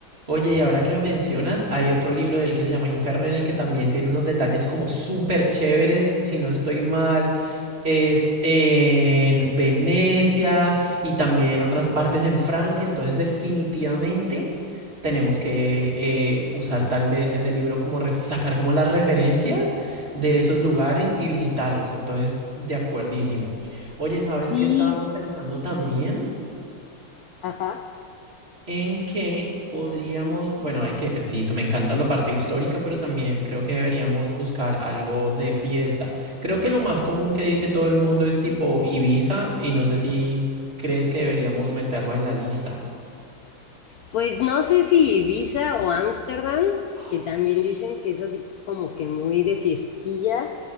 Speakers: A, on the right; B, on the left.
A: Oye, y ahora que lo mencionas, hay otro libro del que se llama Inferno en el que también tiene unos detalles como súper chéveres, si no estoy mal, es en Venecia y también otras partes en Francia, entonces definitivamente tenemos que eh, usar tal vez ese libro como ref- sacar como las referencias de esos lugares y visitarlos, entonces de acuerdísimo. Oye, ¿sabes
B: Y
A: qué estábamos pensando también?
B: Ajá.
A: en que podríamos, bueno, hay que, listo, me encanta la parte histórica, pero también creo que deberíamos buscar algo de fiesta. Creo que lo más común que dice todo el mundo es tipo Ibiza y no sé si crees que deberíamos meterlo en la lista.
B: pues no sé si Ibiza o Ámsterdam,
A: Ay,
B: que también dicen que es así como que muy de fiestilla.